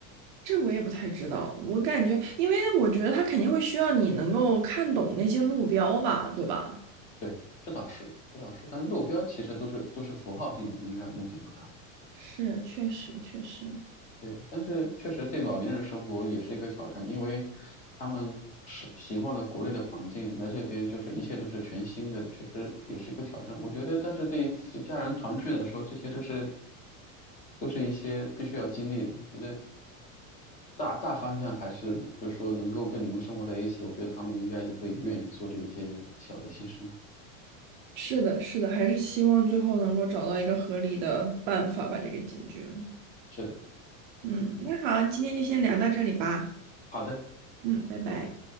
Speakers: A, on the right; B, on the left.
A: 这我也不太知道，我感觉，因为我觉得他肯定会需要你能够看懂那些路标吧，对吧？
B: 对，这倒是，这倒是，但是路标其实都是都是符号性的，应该问题不大。
A: 是，确实，确实，
B: 对，但是确实对老年人生活也是一个挑战，因为他们是习惯了国内的环境，来这边就是一切都是全新的，确实也是一个挑战。我觉得，但是对对家人团聚来说，这些都是都是一些必须要经历的。觉得大大方向还是就是说能够跟你们生活在一起，我觉得他们应该也会愿意做这一些小的牺牲。
A: 是的，是的，还是希望最后能够找到一个合理的办法把这个解决了。
B: 是的，
A: 嗯，那好，今天就先聊到这里吧。
B: 好的。
A: 嗯，拜拜。